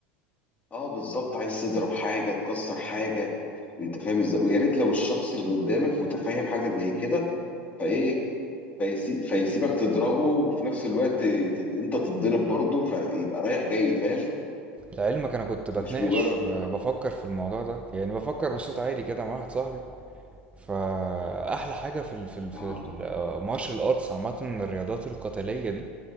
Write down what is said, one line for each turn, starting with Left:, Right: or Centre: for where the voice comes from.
Left: اه بالظبط عايز تضرب حاجة تكسر حاجة انت فاهم ازاي ويا ريت لو الشخص اللي قدامك متفاهم حاجة زي كده فايه فيسي... فيسيبك تضربه وفي نفس الوقت تت... انت تتضرب برضه فيبقى رايح جاي فاهم
Right: لعلمك انا كنت بتناقش
Left: مش مجرد
Right: ب-
Left: ده
Right: بفكر في الموضوع ده يعني بفكر بصوت عالي كده مع واحد صاحبي فاحلى حاجة في ال في ال في
Left: اه
Right: المارشال ارتس عامة الرياضات القتالية دي